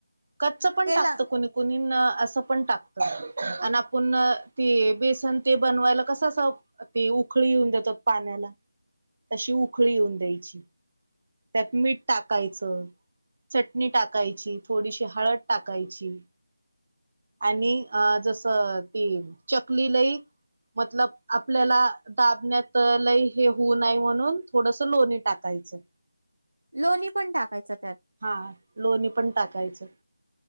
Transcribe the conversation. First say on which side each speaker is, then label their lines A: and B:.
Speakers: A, on the right; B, on the right.
A: कच्च पण
B: तेला
A: टाकतं कुणी ना असं पण टाकत आणि आपण ते बेसन ते बनवायला कसं असं ते उखळी येऊन देतात पाण्याला. तशी उखळी येऊन द्यायची. त्यात मीठ टाकायचं. चटणी टाकायची, थोडीशी हळद टाकायची. आणि अ जसं ती चकली लई मतलब आपल्याला दाबण्यात लय हे होऊ नाही म्हणून थोडस लोणी टाकायचं.
B: लोणी पण टाकायच त्यात.
A: हा लोणी पण टाकायचं